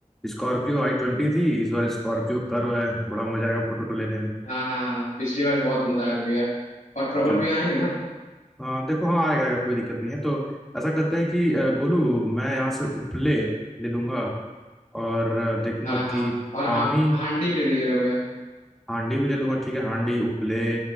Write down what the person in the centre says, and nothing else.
स्कॉर्पियो आई ट्वेंटी थी इस बार स्कॉर्पियो कर्व है बड़ा मजा आएगा फोटो वोटो लेने में
चलो
हाँ देखो हाँ आएगा आएगा कोई दिक्कत नहीं है तो ऐसा करते हैं कि अ, गोलू मैं यहाँ से उपले ले लूंगा और अ, देखूंगा
कि
पानी
हांडी भी ले लूंगा ठीक है हांडी उपले